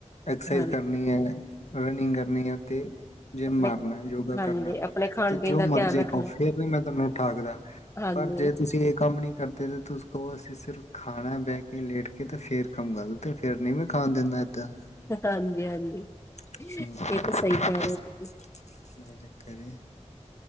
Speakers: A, on the left; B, on the left.
A: ਐਕਸਰਸਾਈਜ਼
B: ਹਾਂਜੀ
A: ਕਰਨੀ ਹੈ ਰਨਿੰਗ ਕਰਨੀ ਤੇ ਜਿੰਮ
B: ਆਪਣੇ
A: ਮਾਰਨਾ ਯੋਗਾ
B: ਹਾਂਜੀ
A: ਕਰਨਾ
B: ਆਪਣੇ ਖਾਣ
A: ਤੇ
B: ਪੀਣ
A: ਜੋ
B: ਦਾ
A: ਮਰਜ਼ੀ
B: ਧਿਆਨ ਰੱਖਣਾ
A: ਖੋ ਫੇਰ ਵੀ ਮੈਂ ਤੁਹਾਨੂੰ ਉ ਠਾਕਦਾ
B: ਹਾਂਜੀ
A: ਪਰ ਜੇ ਤੁਸੀਂ ਇਹ ਕੰਮ ਨੀ ਕਰਦੇ ਤੁਸੀਂ ਕਹੋ ਅਸੀਂ ਸਿਰਫ ਖਾਣਾ ਬੈਕ ਇਹ ਲੇਟ ਕੇ ਤੇ ਫੇਰ ਕੰਮ ਗਲਤ ਆ ਫੇਰ ਨ ਮੈਂ ਖਾਣ ਦਿੰਦਾ ਏਦਾਂ
B: ਹਾਂਜੀ ਹਾਂਜੀ
A: <unintelligible>
B: ਇਹ ਤਾਂ ਸਹੀ ਕਹਿ ਰਹੇ ਹੋ ਤੁਸੀਂ